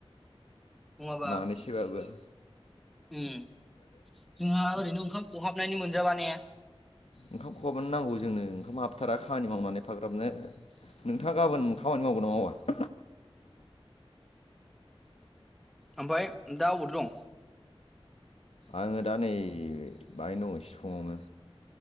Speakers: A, in the centre; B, on the left.
A: नङाबा
B: मानैसैबाबो
A: उम जोंहा ओरैनो ओंखाम खहाब हाबनायनि मोनजाबा ने
B: ओंखाम खाहाबानो नांगौ जोंनो ओंखाम हाबथारा खामानि मावनानै एफाग्राबनो नों नोंथाङा गाबोन खामानि मावगोन ना मावा?
A: ओमफ्राय दा अबावथ' दं?
B: आङो दा नै बाहाय न' सिफुङावनो